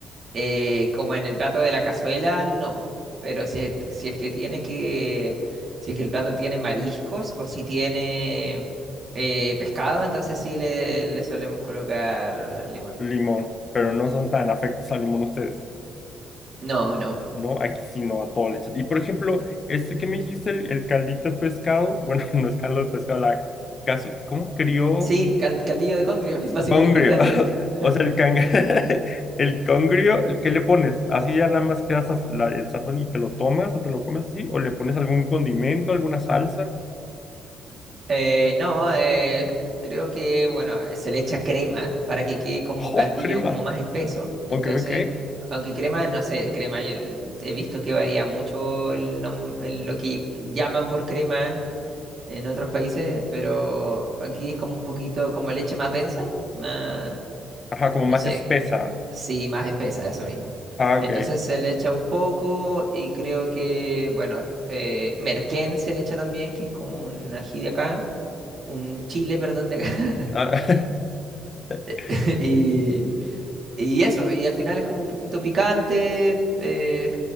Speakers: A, on the right; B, on the left.
A: Eh, como en el plato de la cazuela, no. Pero si, es- si es que tiene que, si es que el plato tiene mariscos o si tiene eh, pescado, entonces sí le, le solemos colocar limón.
B: limón, pero no son tan afectos al limón ustedes.
A: No, no.
B: ¿no? Aquí sí no, a todo le echas. Y por ejemplo, este que me dijiste, el, el caldito de pescado, bueno, <laughs> no es caldo de pescado, la casu- ¿cómo crió?
A: Sí, cal- caldillo de congrio, <laughs> básicamente
B: Congrio.
A: caldo
B: <laughs>
A: de pescado.
B: O sea, el cang... <laughs> el congrio, ¿qué le pones? ¿Así ya nada más queda saz- la- el sazón y te lo tomas o te lo comes así? ¿O le pones algún condimento, alguna salsa?
A: Eh, no, eh, creo que, bueno, se le echa crema para que quede como
B: ¡Oh,
A: caldillo,
B: crema!
A: como más espeso.
B: Ok,
A: Entonces,
B: ok.
A: aunque crema, no sé, crema, yo he visto que varía mucho el nom- el- lo que llaman por crema en otros países, pero aquí es como un poquito como leche más densa, más,
B: Ajá, como
A: no
B: más
A: sé.
B: espesa.
A: Sí, más espesa, eso mismo.
B: Ah,
A: Entonces
B: ok.
A: se le echa un poco y creo que, bueno, eh, merquén se le echa también, que es como un ají de acá, un chile, perdón, de acá.
B: Ah. <laughs>
A: <laughs> Y, y eso, y al final es como un poquito picante, eh,